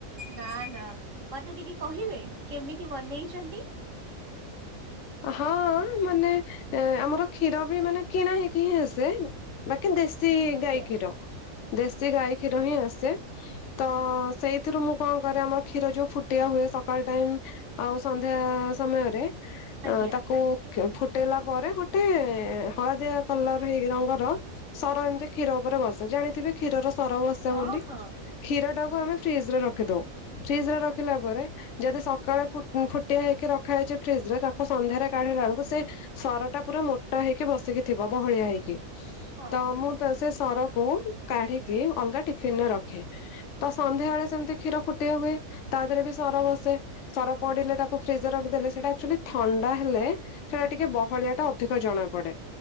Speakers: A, on the right; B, on the left.
A: ନା ନା ମତେ ଟିକେ କହିବେ କେମିତି ବନେଇଛନ୍ତି।
B: ହଁ ମାନେ ଏଁ ଆମର କ୍ଷୀର ବି ମାନେ କିଣା ହେକି ହିଁ ଆସେ ବା କି ଦେଶୀ
A: ଆଜ୍ଞା
B: ଗାଈ କ୍ଷୀର ଦେଶୀ ଗାଈ କ୍ଷୀର ହିଁ ଆସେ। ତ ସେଇଥିରୁ ମୁଁ କଣ କରେ ଆମର କ୍ଷୀର ଯୋଉ ଫୁଟିଆ ହୁଏ ସକାଳ ଟାଇମ। ଆଉ ସନ୍ଧ୍ୟା ସମୟରେ
A: ଆଜ୍ଞା
B: ତାକୁ। କ ଫୁଟେଇଲା ପରେ ଗୋଟେ ହଳଦିଆ କଲର ହେଇ ରଙ୍ଗର। ସର ଏମିତି କ୍ଷୀର ଉପରେ ବସେ ଜାଣିଥିବେ କ୍ଷୀର ର ସର ବସେ
A: ହଁ
B: ବୋଲି।
A: ହଁ
B: କ୍ଷୀର ଟାକୁ ଆମେ ଫ୍ରିଜ ରେ ରଖିଦଉ। ଫ୍ରିଜ ରେ ରଖିଲା ପରେ ଯଦି ସକାଳେ ଫୁଟିଆ ହେଇକି ରଖା ଯାଇଛି ଫ୍ରିଜ ରେ ତାକୁ। ସନ୍ଧ୍ୟାରେ କାଢିଲା ବେଳକୁ ସେଇ ସର ଟା ପୁରା ମୋଟା ହେଇକି ବସିକି। ଥିବ ବହଳିଆ ହେଇକି
A: ହଁ
B: ତ ମୁଁ। ତ ସେ ସରକୁ କାଢିକି ଅଲଗା ଟିଫିନରେ ରଖେ। ତ ସନ୍ଧ୍ୟା ବେଳେ ସେମିତି କ୍ଷୀର ଫୁଟିଆ ହୁଏ ତା ଦେହରେ ବି ସର ବସେ। ସର ପଡିଲେ ତାକୁ ଫ୍ରିଜ ରେ ରଖି ଦେଲେ ଦେଲେ ସେଇଟା ଆକ୍ଚୁଆଲି। ଥଣ୍ଡା ହେଲେ ସେଟା ଟିକେ ବହଳିଆ ଟା ଅଧିକ ଜଣା ପଡେ।